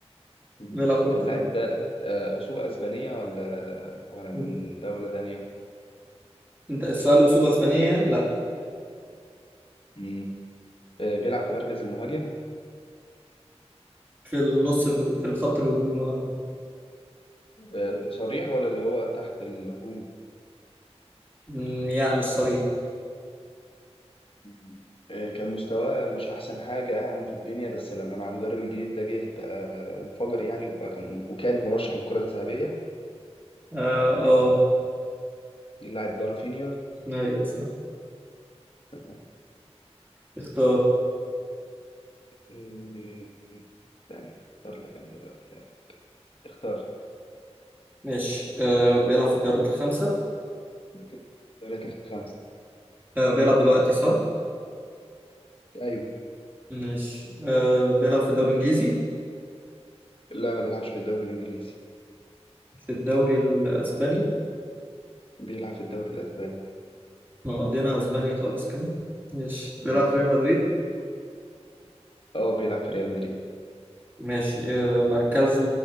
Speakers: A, on the left; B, on the right.
A: مم.
B: بيلعب في برشلونة
A: اللاعب ده آه، أصول أسبانية ولا ولا من
B: مم.
A: دولة تانية
B: انت السؤال اصوله اسبانية يعني لا
A: مم. آه، بيلعب في مركز المهاجم
B: في النص الهجو- في الخط الهجوم اه
A: آه، صريح ولا اللي هو تحت الهجوم
B: مم، يعني مش صريح
A: مم. آه، كان مستواه مش أحسن حاجة يعني في الدنيا بس لما مع المدرب الجديد ده جه بقى انفجر يعني وبقى كان وكان مرشح للكرة الذهبية
B: اه اه
A: اللاعب ده رافينيا
B: ايوه صح
A: <laughs>
B: اختار
A: إيه، يعني هختار لك انا دلوقتي لاعب اخترت
B: ماشي آه بيلعب في الدوريات الخمسة
A: الدوريات الخمسة
B: آه بيلعب دلوقتي صح
A: ايوه
B: ماشي آه بيلعب في الدوري الانجليزي
A: لا ما بيلعبش في الدوري الانجليزي
B: في الدوري الاسباني
A: بيلعب في الدوري الاسباني
B: احنا مقضيينها اسبانيا خالص كده ماشي
A: مم.
B: بيلعب في ريال مدريد
A: اه بيلعب في ريال مدريد
B: ماشي آه مركزه